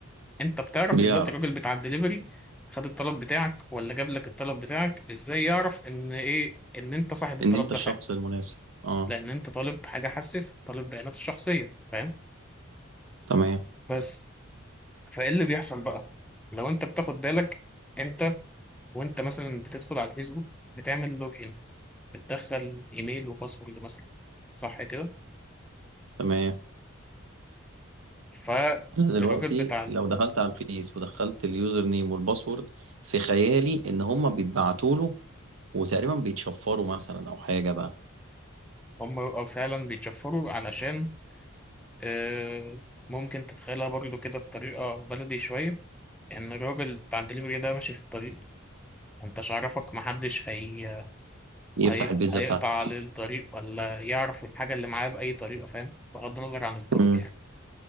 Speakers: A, in the centre; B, on the right (about 70°).
A: انت بتعرف
B: بيعرف
A: دلوقتي الراجل بتاع الدليفري خد الطلب بتاعك ولا جاب لك الطلب بتاعك ازاي يعرف ان ايه ان انت صاحب الطلب
B: ان انت
A: ده
B: الشخص
A: فعلا
B: المناسب اه
A: لان انت طالب حاجه حساس طالب بيانات الشخصيه فاهم
B: تمام
A: بس فايه اللي بيحصل بقى لو انت بتاخد بالك انت وانت مثلا بتدخل على الفيسبوك بتعمل لوجين بتدخل ايميل وباسورد مثلا صح كده
B: تمام
A: ف
B: انا دلوقتي
A: الراجل بتاع
B: لو دخلت على الفيس ودخلت اليوزر نيم والباسورد في خيالي ان هما بيتبعتوا له وتقريبا بيتشفروا مثلا او حاجه بقى
A: هم بيبقوا فعلا بيتشفروا علشان آه، ممكن تتخيلها برضو كده بطريقة بلدي شوية إن الراجل بتاع الدليفري ده ماشي في الطريق انتش عرفك محدش هي...
B: يفتح
A: هي...
B: البيتزا
A: هيقطع
B: بتاعته
A: عليه الطريق ولا يعرف الحاجة اللي معاه بأي طريقة فاهم بغض النظر عن الطرق
B: امم
A: يعني